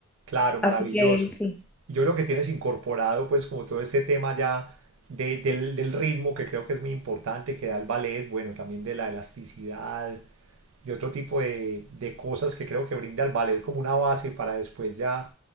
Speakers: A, on the right; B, in the centre.
A: claro,
B: Así
A: maravilloso.
B: que sí.
A: Yo creo que tienes incorporado pues como todo este tema ya de- del, del ritmo que creo que es muy importante, que da el ballet, bueno, también de la elasticidad, y otro tipo de, de cosas que creo que brinda el ballet como una base para después ya